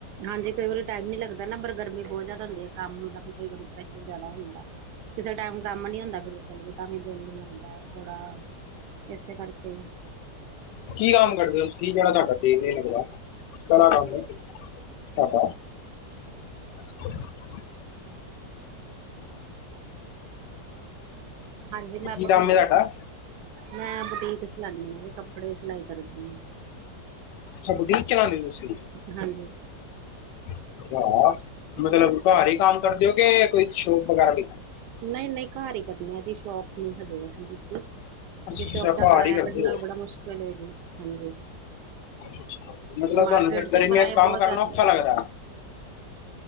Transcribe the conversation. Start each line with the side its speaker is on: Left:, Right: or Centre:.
Right: ਹਾਂਜੀ ਕਈ ਵਾਰੀ ਟਾਈਮ ਨੀ ਲੱਗਦਾ ਨਾ ਪਰ ਗਰਮੀ ਬਹੁਤ ਜ਼ਿਆਦਾ ਹੁੰਦੀ ਹੈ ਕੰਮ ਦਾ ਵੀ ਕਈ ਵਾਰੀ ਪ੍ਰੈਸ਼ਰ ਜ਼ਿਆਦਾ ਹੁੰਦਾ। ਕਿਸੇ ਟਾਈਮ ਕੰਮ ਨੀ ਹੁੰਦਾ ਬਿਲਕੁਲ ਵੀ ਤਾਂ ਵੀ ਦਿਲ ਨੀ ਲੱਗਦਾ ਥੋੜਾ ਇਸੇ ਕਰਕੇ ਹੀ
Left: ਕੀ ਕੰਮ ਕਰਦੇ ਹੋ ਤੁਸੀ ਜਿਹੜਾ ਤੁਹਾਡਾ ਟਾਈਮ ਨਹੀਂ ਲੱਗਦਾ ਕਿਹੜਾ ਕੰਮ ਏ ਤੁਹਾਡਾ <inaudible>
Right: ਹਾਂਜੀ ਮੈਂ
Left: ਕੀ
Right: ਬਟੀਕ
Left: ਕੰਮ ਏ ਤੁਹਾਡਾ?
Right: ਮੈਂ ਬੁਟੀਕ ਚਲਾਂਨੀ ਆਂ ਜੇ ਕੱਪੜੇ ਸਿਲਾਈ ਕਰਦੀ ਆਂ।
Left: ਅੱਛਾ ਬੁਟੀਕ ਚਲਾਉਂਦੇ ਹੋ ਤੁਸੀਂ?
Right: ਹਾਂਜੀ
Left: <unintelligible>
Right: <unintelligible>
Left: ਘਰ ਹੀ ਕੰਮ ਕਰਦੇ ਹੋ ਕਿ ਕੋਈ ਸ਼ੋਪ ਵਗੈਰਾ ਵੀ?
Right: ਨਹੀਂ -ਨਹੀਂ ਘਰ ਹੀ ਕਰਨੇ ਆ ਜੀ ਸ਼ੋਪ ਨ ਹਜੇ ਅਸੀਂ ਲਿੱਤੀ।
Left: ਅੱਛਾ-ਅੱਛਾ
Right: ਬੀ ਸ਼ੋਪ
Left: ਘਰ
Right: ਦਾ ਕਿਰਾਇਆ
Left: ਹੀ ਕਰਦੇ
Right: ਕੱਢਣਾ
Left: ਹੋ।
Right: ਬੜਾ ਮੁਸ਼ਕਿਲ ਜੀ ਹਾਂਜੀ।
Left: ਮਤਲਬ ਤੁਹਾਨੂੰ
Right: ਮਾਰਕੀਟ
Left: ਫਿਰ
Right: 'ਚ
Left: ਗਰਮੀਆਂ
Right: ਕਿਰਾਏ
Left: ਕੰਮ
Right: ਬਹੁਤ
Left: ਕਰਨਾ
Right: ਜ਼ਿਆਦਾ
Left: ਔਖਾ ਲੱਗਦਾ।